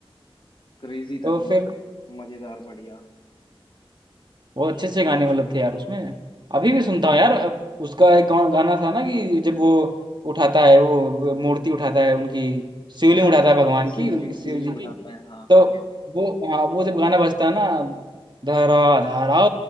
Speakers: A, on the left; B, on the right.
A: क्रेजी
B: तो
A: था वो
B: फिर
A: भी मजेदार बढ़िया
B: बहुत अच्छे अच्छे गाने मतलब थे यार उसमें अभी भी सुनता हूँ यार अ, उसका एक गा- गाना था ना कि जब वो उठाता है वो मूर्ति उठाता है उनकी शिवलिंग उठाता है भगवान की
A: सिविलिंग
B: उनकी शिव
A: सिविलिंग
B: जी
A: उठाता
B: की
A: है हाँ
B: तो
A: हाँ
B: वो हाँ वो जब गाना बजता है ना धरा धरा